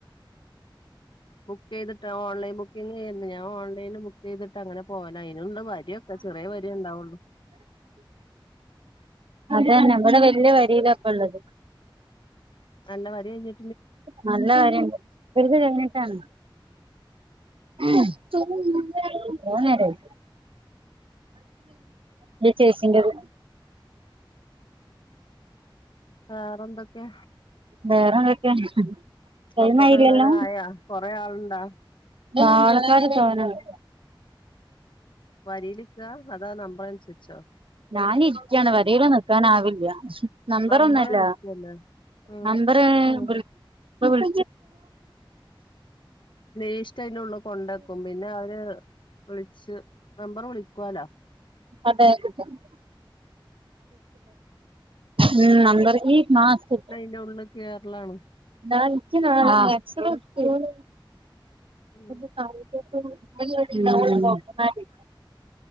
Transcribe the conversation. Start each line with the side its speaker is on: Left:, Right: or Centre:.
Left: ബുക്കെയ്തിട്ട ഓൺലൈൻ ബുക്കിങ്ങേര്ന്ന്, ഞാ ഓൺലൈന് ബുക്കെയ്തിട്ടങ്ങനെ പോവലാ. അയ്നുണ്ട് വ ക്ക ചെറിയ വരിയെ ണ്ടാവുള്ളു
Right: അതാണ് നമ്മള് വല്ല്യെ വരിയിലാപ്പള്ളത്
Left: നല്ല വരിഴ്ഞ്
Right: നല്ല വെരാണ് വെറുത കഴിഞ്ഞിട്ടാണ് <unintelligible> ലെ ചേച്ചിന്റെത്
Left: വേറെ ന്തൊക്കെ
Right: വേറെന്തൊക്കെ ടൈമായില്ലല്ലോ
Left: ഡോക്ടറെ കാണാനായാ കൊറേ ആളുണ്ടാ
Right: ആള്ക്കാര് തോനണ്ട്
Left: വരിയ്ല്ക്കാ അതോ നമ്പറൻസര്ച്ചോ
Right: ഞാനിര്ക്കാണ് വരീലൊന്നും നിക്കാനാവില്ല നമ്പറ
Left: നമ്പർ
Right: ന്നൊല്ല
Left: വിളിക്കല്ലേ ഉം
Right: നമ്പറ്
Left: ഉം
Right: വി പ്പം വിൾ
Left: ലീസ്റ്റ് അയ്ന്റുള്ള് കൊണ്ടക്കും പിന്നെ അവര് വിളിച്ച് നമ്പർ വിളിക്കുവാലോ
Right: <unintelligible> ഉം നമ്പർലി മാസ്ക്
Left: ന്റെ ഉള്ള്ക്ക്‌ കേറലാണ്
Right: <unintelligible> ഉം
Left: ഉം